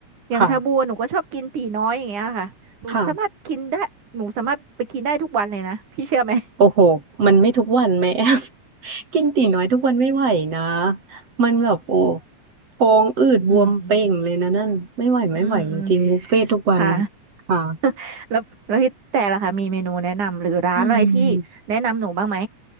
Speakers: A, on the right; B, on the right.
A: อย่างชาบูหนูก็ชอบกินตีน้อยอย่างเงี้ยค่ะหนูสามารถกินได้หนูสามารถไปกินได้ทุกวันเลยนะพี่เชื่อไหม
B: ค่ะค่ะโอ้โหมันไม่ทุกวันแม่ <laughs> กินตีน้อยทุกวันไม่ไหวนะมันแบบโอ้ท้องอืดบวมเป่งเลยนะนั่นไม่ไหวไม่ไหวจริงๆบุฟเฟ่ทุกวัน
A: อืมอืม อืมอืมค่ะ
B: ค่ะ
A: <laughs> แล้วแล้วพี่แต่ล่ะคะมีเมนูแนะนำหรือร้านอะไรที่แนะนำหนูบ้างไหม
B: อืม